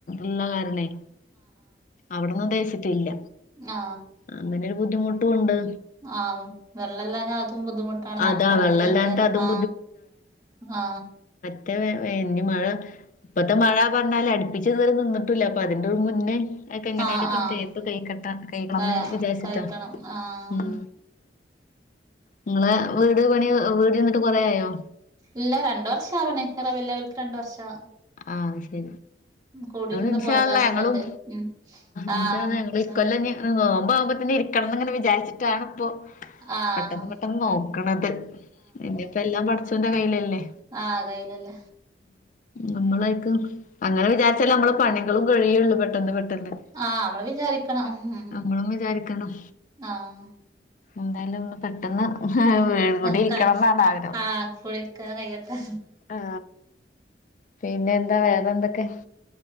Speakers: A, on the left; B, on the right.
A: ഉള്ള കാരണം അവിടന്നും തേച്ചിട്ടില്ല
B: ആ
A: അങ്ങനെ ഒരു ബുദ്ധിമുട്ടും ഉണ്ട്
B: ആ വെള്ളം ഇല്ലാഞാ അതും ബുദ്ധിമുട്ടാണ് നനക്കണെങ്കിലൊക്കെ
A: അതാ വെള്ളല്ലാഞ്ഞിട്ട് അതും
B: ആ ആ
A: ഇയ മഴ ഇപ്പഴത്തെ മഴ പറഞ്ഞാല് അടുപ്പിച്ചതുവരെ നിന്നിട്ട് കട്ട അപ്പൊ അതിന്റെ മുന്നേെ എങ്ങനേലൊക്കെ
B: ആഹ് ആഹ്
A: തേപ്പ് കൈക്കട്ട ന്ന്
B: ക
A: വിചാരിച്ചിട്ടാ
B: കഴിക്കണം ആഹ്
A: ഉം നിങ്ങളെ വീട് പണി വീട് നിന്നിട്ട് കൊറയയോ
B: ഇല്ല രണ്ട വർഷം ആവണേ ഈ റബീഹ് അവൽക്ക് രണ്ട് വർഷം
A: ആ ശരി
B: കൂടിരുന്ന്
A: ഇന്ശാല്ലാഹ്
B: പോയതാ ഹസ്ബൻഡ്
A: ഞങ്ങളും
B: ഉം
A: ഇന്ശാല്ലാഹ്
B: ആഹ്
A: ഞങ്ങള്
B: സം
A: കൊല്ലം നോമ്പ ആകുമ്പോത്തന്നെ ഇരിക്കണം എങ്ങനെ വിചാരിച്ചട്ടാണ് ഇപ്പോ
B: ആഹ്
A: പെട്ടെന്ന് പെട്ടെന്ന് നോക്കണത് ഇന്നപ്പ എല്ലാം പഠച്ചൂന്റെ കയ്യിലല്ലേ
B: ആ കയ്യിലല്ലേ
A: നമ്മളായിക്കും അങ്ങനെ വിചാരിച്ചാല നമ്മള് പണികളും കഴിയുള്ളൂ പെട്ടെ പെട്ടെന്ന് പെട്ടെന്ന്
B: ആഹ് നമ്മള് വിചാരിക്കണം ഉം
A: നമ്മളും വിചാരിക്കണം.
B: ആഹ്
A: എന്തായാലും ഒന്ന് പെട്ടെന്ന് കൂടി
B: ആഹ്
A: ഇരിക്കണം
B: കഴി
A: എന്നാണ് ആഗ്രഹം
B: ആഹ് കുടിയിരിക്കൽ കഴിയട്ടെ
A: ആ പിന്നെ എന്താ വേറെ എന്തൊക്കെ